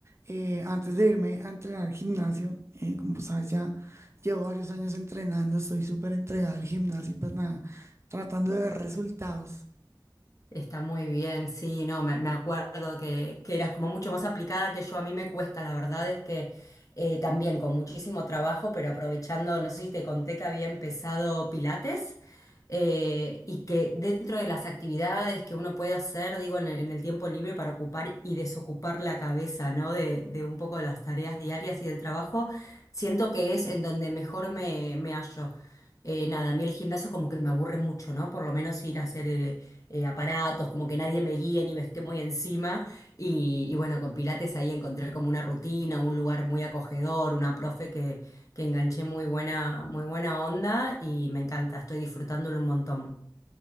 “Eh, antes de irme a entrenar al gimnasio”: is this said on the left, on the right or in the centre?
Right